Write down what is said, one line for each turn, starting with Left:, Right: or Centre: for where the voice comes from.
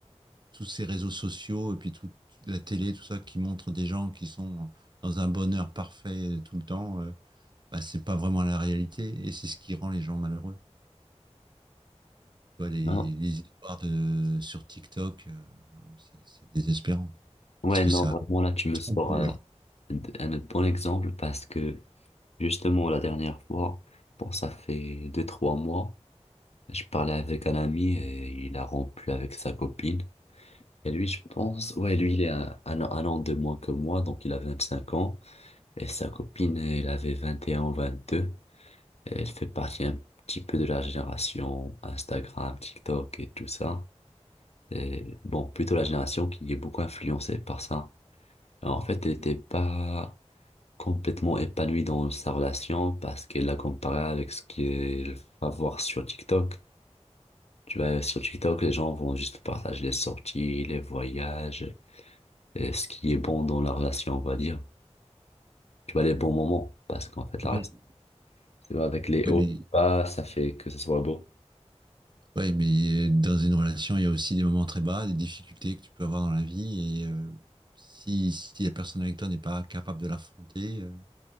Right: tous ces réseaux sociaux et puis toute la télé tout ça qui montre des gens qui sont dans un bonheur parfait tout le temps euh, bah, c'est pas vraiment la réalité et c'est ce qui rend les gens malheureux. Tu vois les,
Left: Non.
Right: les histoires de sur TikTok euh, vraiment, c'est c'est désespérant quoi.
Left: Ouais,
Right: parce que
Left: non,
Right: ça
Left: vraiment, là, tu me sors
Right: trompe les
Left: euh,
Right: gens.
Left: un bon exemple parce que, justement, la dernière fois, bon, ça fait deux, trois mois, je parlais avec un ami et il a rompu avec sa copine. Et lui, je pense, ouais, lui, il est un, un, un an de moins que moi, donc il a 25 ans. Et sa copine, elle avait 21 ou vingt deux Elle fait partie un petit peu de la génération Instagram, TikTok et tout ça. Et bon, plutôt la génération qui est beaucoup influencée par ça. Alors, en fait, elle n'était pas complètement épanouie dans sa relation parce qu'elle l'a comparé avec ce qu'elle va voir sur TikTok. Tu vois, sur TikTok, les gens vont juste partager les sorties, les voyages, euh, ce qui est bon dans la relation, on va dire. Tu vois, les bons moments, parce qu'en fait, la
Right: Oui,
Left: relation, tu vois, avec les hauts
Right: Oui, mais
Left: et les bas, ça fait que ça soit beau.
Right: Oui, mais dans une relation, il y a aussi des moments très bas, des difficultés que tu peux avoir dans la vie. Et euh, si, si la personne avec toi n'est pas capable de l'affronter, euh,